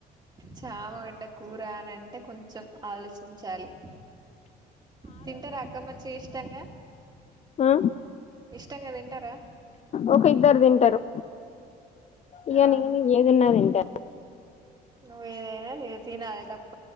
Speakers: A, on the right; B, on the left.
A: చామగడ్డ కూర అని అంటే కొం చెం ఆలోచించాలి తింటారు అక్క మంచిగా ఇష్టంగా
B: హ
A: ఇష్టంగా తింటారా
B: ఒక ఇద్దరుతిం టారు ఇగ
A: ఆ
B: నేను ఏదిన్నా తింటా
A: నువ్నా ఇ తిన అలేప్